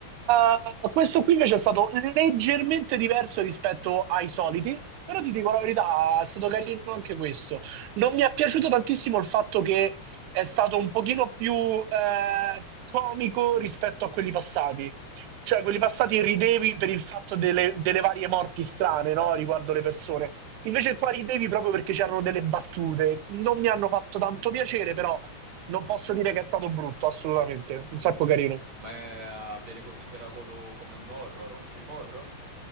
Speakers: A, on the right; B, on the right.
A: Uh, questo qui invece è stato leggermente diverso rispetto ai soliti, però ti dico la verità, è stato carino anche questo. Non mi è piaciuto tantissimo il fatto che è stato un pochino più eh, comico rispetto a quelli passati. Cioè, quelli passati ridevi per il fatto delle, delle varie morti strane, no? Riguardo le persone. Invece qua ridevi proprio perché c'erano delle battute. Non mi hanno fatto tanto piacere, però non posso dire che è stato brutto, assolutamente. Un
B: Mm.
A: sacco carino.
B: Ma è- ah, viene considerato co- come un horror, un film horror?